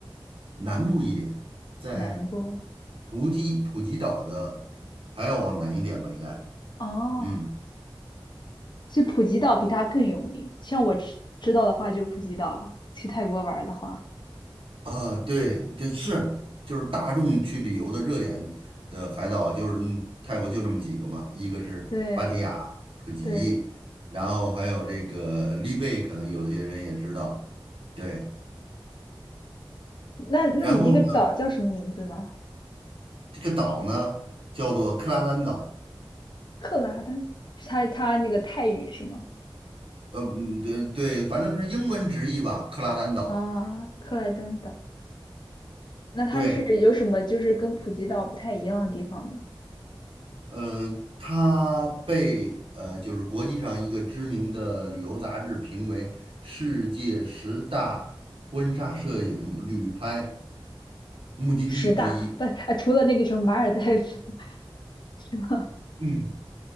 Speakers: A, on the right (about 80°); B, on the left (about 55°).
A: 南部一点，在
B: 南波
A: 普吉普吉岛的还要往南一点吧，应该。
B: 哦，
A: 嗯，
B: 所以普吉岛比它更有名。像我知知道的话，就普吉岛。去泰国玩儿的话，
A: 啊，对，这是就是大众去旅游的热点的海岛，就是嗯泰国就这么几个嘛，一个是芭提雅、
B: 对
A: 普吉，
B: 对，
A: 然后还有这个丽贝，可能有些人也知道。对，
B: 那那你那个岛叫什么名字呢？
A: 然后呢，这个岛呢叫做克拉丹岛，
B: 克拉丹是它它那个泰语是吗？
A: 呃，嗯对对，反正是英文直译吧，克拉丹岛。
B: 啊，克拉丹岛。那它是有什么就是跟普吉岛不太一样的地方吗？
A: 对，嗯，呃它被呃，就是国际上一个知名的旅游杂志评为世界十大婚纱摄影旅拍目的地之一。
B: 十大，但啊，除了那个什么马尔代夫是吗？
A: 嗯，